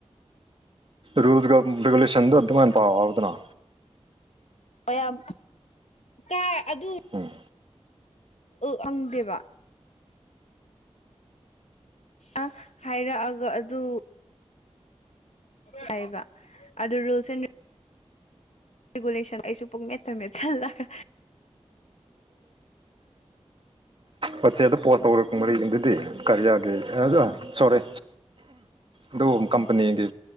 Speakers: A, on the right; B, on the left.
A: ꯔꯨꯜꯁꯒ ꯔꯦꯒꯨꯂꯁꯟꯗꯣ ꯑꯗꯨꯃꯥꯏ ꯄꯥꯎ ꯎꯗꯅ
B: ꯃꯌꯥꯝ ꯀꯥꯏ ꯑꯗꯨ
A: ꯎꯝ
B: ꯐꯡꯗꯦꯕ ꯑ ꯍꯥꯏꯔꯛꯑꯒ ꯑꯗꯨ ꯍꯥꯏꯕ ꯑꯗꯨ ꯔꯨꯜꯁ ꯑꯦꯟ ꯔꯤꯒꯨꯂꯦꯁꯟ ꯑꯩꯁꯨ ꯄꯛ ꯃꯦꯟ ꯃꯇꯝꯟꯒꯠ ꯆꯜꯂꯒ
A: ꯋꯥꯆꯦꯞꯇ ꯄꯣꯁ ꯇꯧꯔꯛꯄ ꯃꯔꯤꯒꯤ ꯑꯗꯨꯗꯤ ꯀꯔꯤꯌꯥꯒꯤ ꯁꯣꯔꯤ ꯑꯗꯨ ꯀꯝꯄꯅꯤꯒꯤ